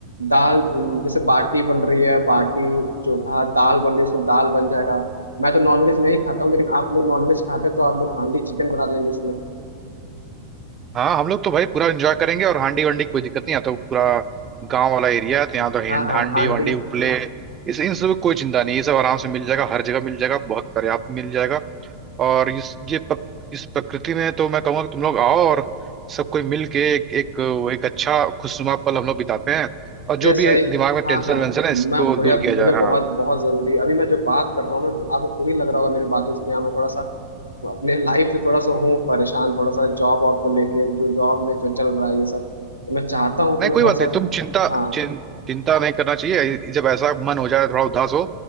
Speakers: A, on the left; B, on the right.
A: दाल अम, जैसे बाटी बन रही है बाटी चोखा दाल बन रही है उसमें दाल बन जाएगा मैं तो नॉनवेज नहीं खाता हूँ लेकिन आप लोग नॉनवेज खाते हैं तो आप लोग हांडी चिकन बना लेंगे उसमें
B: हाँ हम लोग तो भाई पूरा एंजॉय करेंगे और हांडी वंडी की कोई दिक्कत नहीं आता तो पूरा गांव वाला एरिया है तो यहाँ तो हिंड-
A: हाँ हाँ
B: हांडी
A: हांडी
B: वांडी उपले इस इन सब की कोई चिंता नहीं ये सब आराम से मिल जाएगा हर जगह मिल जाएगा बहुत पर्याप्त मिल जाएगा और इस ये पक, इस प्रकृति में तो मैं कहूँगा कि तुम लोग आओ और सब कोई मिल के एक एक, एक अच्छा खुशनुमा पल हम लोग बिताते हैं और जो
A: भैया
B: भी
A: सही
B: दिमाग में टेंशन
A: हाँ हाँ
B: वेंशन है इसको
A: मैं भैया
B: दूर किया
A: मुझे
B: जाए
A: बहुत
B: हाँ।
A: बहुत जरूरी अभी मैं जो बात कर रहा हूँ ना आपको खुद ही लग रहा होगा मेरी बातों से कि हाँ मैं थोड़ा सा अपने लाइफ से थोड़ा सा हूँ परेशान थोड़ा सा जॉब वॉब को लेके जो जॉब में जो चल रहा है ये सब तो मैं चाहता हूँ
B: नहीं
A: कि मैं
B: कोई
A: थोड़ा
B: बात नहीं
A: सा
B: तुम चिंता
A: हाँ
B: चिं, चिंता नहीं करना चाहिए जब ऐसा मन हो जाए थोड़ा उदास हो